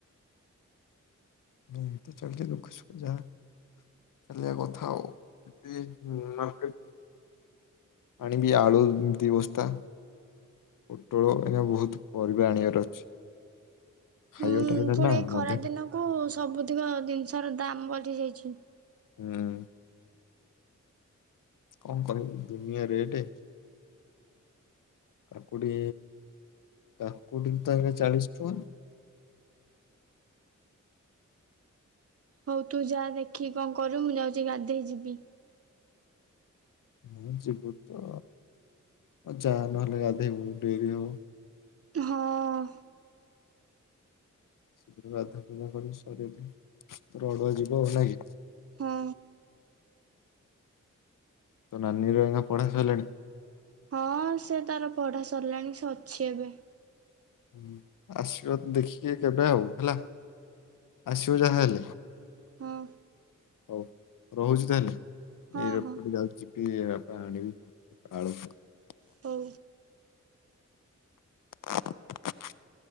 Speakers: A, on the left; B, on the right.
A: ଏମତି ଚାଲିଛି ଦୁଃଖ ସୁଖ ଯାହା ଚାଲିବା କଥା ଆଉ <unintelligible> ମାର୍କେଟରୁ ଆଣିିବି ଆଳୁ ଦି ବସ୍ତା ପୋଟଳ ଏଇନା ବହୁତ ପରିବା ଆଣିବାର ଅଛି। ଖାଇବା
B: ମୁଁ
A: ଟାଇମ୍ ଟା
B: ଫୁଣି
A: ନା
B: ଏଇ ଖରା
A: ମଧ୍ୟାହ୍ନ
B: ଦିନକୁ ସ୍ ସବୁତିକ ଜିନିଷ ର ଦାମ ବଢି ଯାଇଛି।
A: ହୁଁ କଣ କହିବି ଦୁନିଆ ରେଟ୍ କାକୁଡି କାକୁଡି ତ ହେଲା ଚାଳିଶ ଟଙ୍କା
B: ହଉ ତୁ ଯା ଦେଖିକି କଣ କରିବୁ ମୁଁ ଯାଉଛି ଗାଧେଇ ଯିବି।
A: ହଁ ଯିବୁ ତ ଯା ନହେଲେ ଗାଧେଇବୁ ଡେରି ହବ।
B: ହଁ
A: ଶୀଘ୍ର ଗାଧୁଆ ଫାଧୁଆ କରି ଶରୀରକୁ ପୁରା ଅଡ଼ୁଆ ଯିବ ଆଉ ନାଇ କି?
B: ହଁ।
A: ତୋ ନାନୀ ର ଏଇନା ପଢାସଇଲାଣି?
B: ହଁ ସେ ତାର ପଢା ସରିଲାଣି ସେ ଅଛି ଏବେ
A: ହୁଁ ଆସିବ ଦେଖିକି କେବେ ଆଉ ହେଲା ଆସିବ ଯାହାହେଲେ
B: ହଁ
A: ହଉ ରହୁଛି ତାହେଲେ
B: ହଁ
A: ଏଇ ରୁଟ୍
B: ହଁ
A: ପଟେ ଯାଉଚି ଏ ପାଣିବି ଆଳୁ <unintelligible>
B: ହଉ।
A: <inaudible>